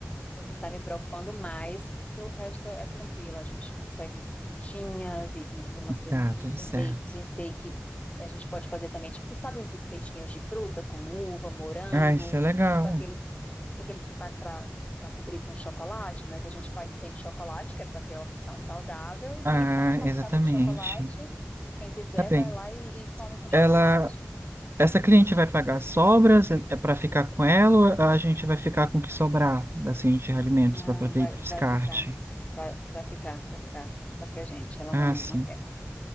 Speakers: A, on the left; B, on the right.
A: É o que está me preocupando mais, porque o resto é tranquilo, a gente consegue frutinhas e, e- e umas coisas.
B: Tá, tudo
A: Pensei,
B: certo.
A: pensei que a gente pode fazer também, tipo, sabe, uns espetinhos de fruta com uva, morango,
B: Ah, isso é legal.
A: tipo aqueles, tipo aqueles que faz para para cobrir com chocolate, mas a gente faz sem chocolate, que é para ter a opção saudável, e,
B: Ah,
A: põe a cascata
B: exatamente.
A: de chocolate, e quem quiser
B: Tá bem.
A: vai lá e, e come com chocolate.
B: Ela Essa cliente vai pagar as sobras é para ficar com ela ou a gente vai ficar com o que sobrar assim de alimentos
A: Não,
B: para poder
A: vai,
B: ir para o descarte?
A: vai ficar, vai, vai ficar, vai ficar, vai ficar pra gente. Ela
B: Ah,
A: não,
B: sim.
A: não quer.